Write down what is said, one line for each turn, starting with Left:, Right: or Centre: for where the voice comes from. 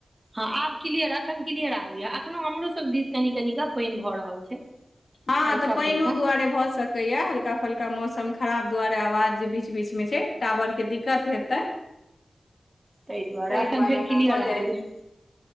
Right: हँ, आब क्लियर अखन क्लियर आबै यऽ अखनो हमरो सब दिस कनि-कनि कऽ पाइन भऽ रहल छै।
Left: आ
Right: हल्का
Left: तऽ पाइनो
Right: फल्का
Left: दुआरे भऽ स कैयऽ, हल्का-फल्का मौसम खराब दुआरे आवाज जे बीच-बीच मे छै, टावर के दिक्कत हेतै।
Right: ताहि
Left: तय
Right: एखन
Left: दुआरे
Right: फेर
Left: ऐना
Right: क्लियर
Left: भऽ
Right: आबैया
Left: जाय